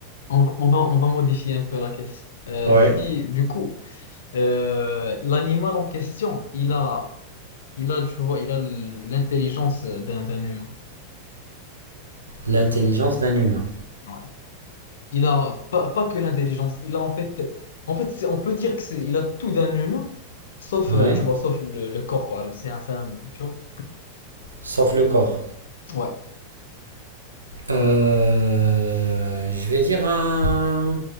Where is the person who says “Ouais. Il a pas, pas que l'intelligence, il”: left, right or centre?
Left